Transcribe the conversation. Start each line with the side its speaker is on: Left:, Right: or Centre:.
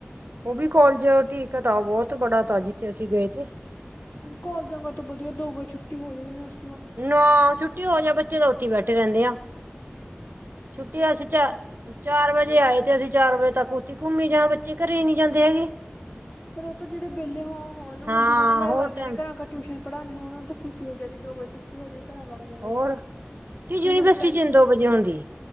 Right: ਓ ਵੀ ਕੌਲਜ ਠੀਕ ਐ ਤਾ ਬੋਤ ਬੜਾ ਤਾ ਜਿੱਥੇ ਅਸੀਂ ਗਏ ਥੇ
Left: ਕੋਲਜਾਂ ਕਾ ਤੋ ਵਦੀਆ ਦੋ ਵਜੇ ਛੁੱਟੀ ਹੋ ਜਾਏ ਯੂਨੀਵਸ
Right: ਨਾਂ, ਛੁੱਟੀ ਹੋ ਜੇ ਬੱਚੇ ਤਾਂ ਉੱਥੇ ਈ ਬੈਠੇ ਰੈਂਦੇ ਆ। ਛੁੱਟੀ ਓ ਅਸੀਂ ਚਾ ਚਾਰ ਵਜੇ ਆਏ ਤੇ ਅਸੀਂ ਚਾਰ ਵਜੇ ਤੱਕ ਉੱਥੇ ਘੁੰਮੀ ਜਾਂ ਬੱਚੇ ਘਰੇ ਈ ਨੀਂ ਜਾਂਦੇ ਹੈਗੇ।
Left: ਫਿਰ ਉਹ ਤੋਂ ਜੇੜੇ ਵਿਹਲੇ ਹੋ ਹੋਏ ਆ ਹੁਣ
Right: ਹਾਂ
Left: ਜਿਨ੍ਹਾਂ ਨੇ ਮਾਰੇ
Right: ਹੋਰ
Left: ਵਰਗਿਆਂ
Right: ਟਾਈਮ
Left: ਨੇ ਘਰਾਂ ਕਾ ਟਿਊਸ਼ਨ ਪੜਾਂਣੀ ਹੋਣ ਓਨੂੰ ਤਾਂ ਖੁਸ਼ੀ ਹੋ ਜਾਏ ਵੀ ਦੋ ਵਜੇ ਛੁਟ ਟੀ ਹੋ ਜੇ ਘਰਾਂ ਵਗ ਜਾਂਗੇ,
Right: ਹੋਰ
Left: ਹੁਣ
Right: ਕਿ ਯੂਨੀਵਰਸਿਟੀ
Left: ਮੈਨੂੰ ਟੈਂਸ਼ਨ
Right: ਚ ਦੋ ਵਜੇ ਹੁੰਦੀ